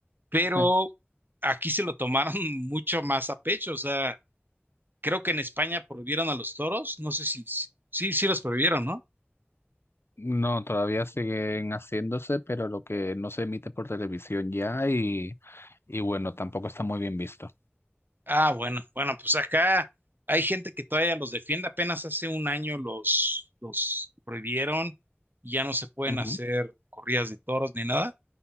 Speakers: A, on the right; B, on the left.
A: pero
B: Sí.
A: aquí se lo tomaron <laughs> mucho más a pecho. O sea, creo que en España prohibieron a los toros, no sé si, si- sí, sí los prohibieron, ¿no?
B: No, todavía siguen haciéndose, pero lo que no se emite por televisión ya y... Y bueno, tampoco está muy bien visto.
A: Ah, bueno, bueno, pues acá hay gente que todavía los defiende, apenas hace un año los, los prohibieron, y ya no se pueden
B: Ujú,
A: hacer corridas de toros ni nada